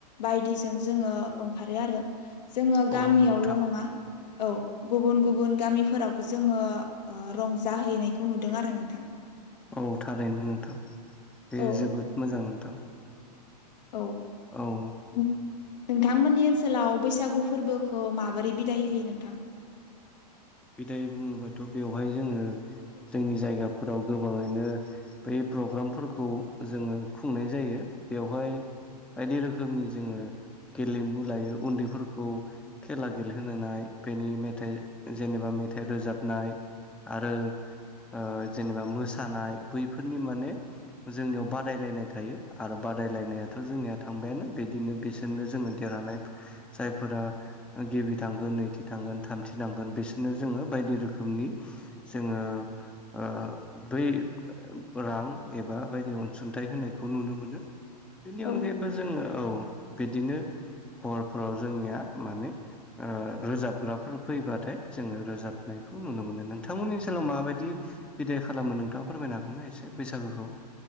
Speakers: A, on the left; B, in the centre.
A: बायदिजों जोंङो ओंखारो आरो जोंङो गामियावल'
B: औ नंगौ नोंथां
A: नंङा औ गुबुन गुबुन गामिफोरावबो जोंङो रंजाहैनायखौ नुदों आरो नोंथां
B: औ थारैनो नोंथां बे
A: औ
B: जोबोद मोजां नोंथां
A: औ
B: औ
A: नोंथांमोननि ओनसोलाव बैसागु फोरबोखौ माबोरै बिदाय होयो नोंथां
B: बिदाय बुंङोबाथ' बेवहाय जोंङो जोंनि जायगाफोराव गोबाङैनो बै प्रग्रामफोरखौ जोङो खुंनाय जायो बेवहाय बायदि रोखोमनि जोङो गेलेमु लायो उन्दैफोरखौ खेला गेले होनाय बेनि मेथाइ जेनेबा मेथाइ रोजाबनाय आरो ओ जेनेबा मोसानाय बैफोरनि माने जोंनियाव बादायलायनाय थायो आरो बा बादायलायनायाथ' जोंनिया थांबायानो बिदिनो बिसोरनो जोङो देरहानाय जायफोरा गिबि थांगोन नैथि थांगोन थामथि थांगोन बिसोरनो जोङो बायदि रोखोमनि जोङो ओ बै रां एबा बायदि अनसुंथाइ होनायखौ नुनो मोनो। बेनि
A: औ
B: अनगायैबो जोङो औ बिदिनो हरफोराव जोंनिया माने रोजाबग्राफोर फैबाथाय जोङो रोजाबनायखौ नुनो मोनो नोंथांमोननि ओसोलाव माबायदि बिदाय खालामो नोंथाङा फोरमायनो हागोन ना एसे बैसागुखौ